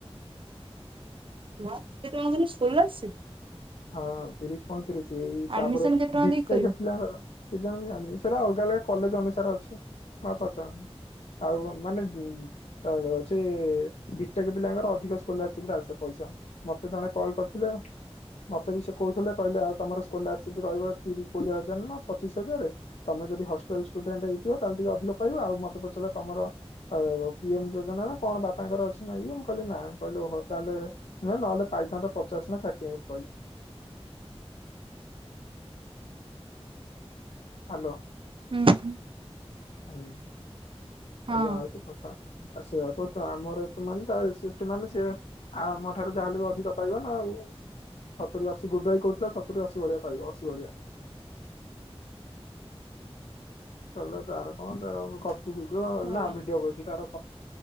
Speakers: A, on the right; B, on the left.
A: ମା ସେ ତମ ସ୍କୁଲ ଆଛି।
B: ହଁ ତିରିଶ ପଁତିରିଶ ସେଇ
A: ଆଡମିସନ
B: ତାପରେ
A: କେତେ ଟଙ୍କା
B: ବିଟଟା
A: ଦେଇକି କରିବ
B: ଖଥିଲା ଘର କେ ଜଣ ଜା ସେଟା ଅଲଗା ଅଲଗା କଲେଜ ଅନୁସାରେ ଅଛି ମା ପଚ ଆଉ ମାନେଉଛି ବିଟକ ପିଲାଙ୍କର ଅଧିକ ସ୍କଲସିପ ଆସେ ପଇସା ମତେ ଜଣେ କଲ କରିଥିଲେ। ମତେ ବି ସେ କହୁଥିଲେ କହିଲେ ଆଉ ତମର ସ୍କଲାରସିପ ରହିବ ତି କୋଡିଏ ହଜାର ନା ପଚିଶ ହଜାରରେ ତମେ ଯଦି ହଷ୍ଟେଲ ଷ୍ଟୁଡେଣ୍ଟ ହେଇଥିବ ତାହେଲେ ଟିକେ ଅଧିକ ପାଇବା ଆଉ ମତେ ପଚାରିଲ ତମ ପିଏମ ଯୋଜନା ନା କଣ ବାପାଙ୍କର ଅଛି ନା ହେଇ ମୁଁ କହିଲି ନା କିଲେ ଓହୋ ତାହେଲେ ନୁହେ ନହେଲେ ପାଇଥାନ୍ତତା ପଚାଶ ନା ଷାଠିଏ କହ ହ୍ୟାଲୋ।
A: ହୁଁ ହୁଁ।
B: ଆଇ
A: ହଁ
B: ଏଇୟଆ ହଉଛି କଥା ଆ ସେଆ କ ତ ଆମର ମାନେ ତ ସିଷ୍ଟି ମାନେ ସିଏ ଆମ ଠାରୁ ଯାହାେଲେ ବି ଅଧିକ ପାଇବ ନା ଆଉ ସତୁରିୀ ଅଶୀ ଗୁବାଇ କହୁଥିଲେ ସତୁରିୀ ଅଶି ଭଳିଆ ପାଇବ ଅଶି ଭଳିଆ କହିଲେ ତାର କଣ ତାର ଖର୍ଚୁ ନା
A: ଭଲ
B: ଭିଡିଓ କରଛି ତାର।